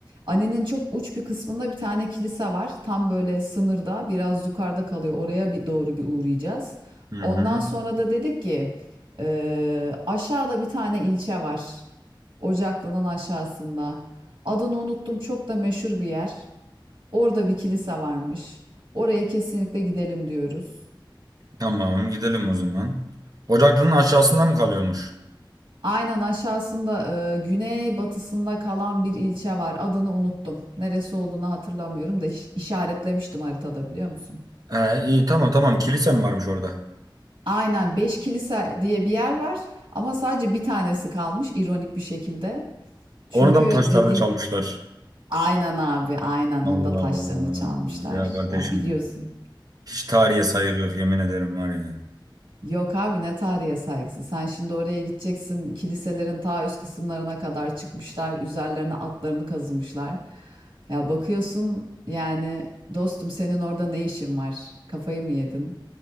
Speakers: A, on the right; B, on the right.
A: Ani'nin çok uç bir kısmında bir tane kilise var. Tam böyle sınırda biraz yukarıda kalıyor. Oraya bir doğru bir uğrayacağız.
B: Hı hı.
A: Ondan sonra da dedik ki eee, aşağıda bir tane ilçe var. Ocaklı'nın aşağısında. Adını unuttum çok da meşhur bir yer. Orada bir kilise varmış. Oraya kesinlikle gidelim diyoruz.
B: Tamam gidelim o zaman. Ocaklının aşağısında mı kalıyormuş?
A: Aynen aşağısında e, güney batısında kalan bir ilçe var. Adını unuttum. Neresi olduğunu hatırlamıyorum da iş- işaretlemiştim haritada biliyor musun?
B: He iyi tamam tamam kilise mi varmış orada?
A: Aynen Beşkilise diye bir yer var ama sadece bir tanesi kalmış ironik bir şekilde. Çünkü
B: Onu da mı taşlarda
A: dedi
B: çalmışlar?
A: aynen abi aynen
B: Allah
A: onda taşlarını
B: Allah.
A: çalmışlar.
B: Ya kardeşim
A: Ya biliyorsun.
B: hiç tarihe saygı yok yemin ederim var ya.
A: Yok abi ne tarihe saygısı. Sen şimdi oraya gideceksin. Kiliselerin ta üst kısımlarına kadar çıkmışlar. Üzerlerine atlarını kazımışlar. Ya bakıyorsun yani dostum senin orada ne işin var? Kafayı mı yedin?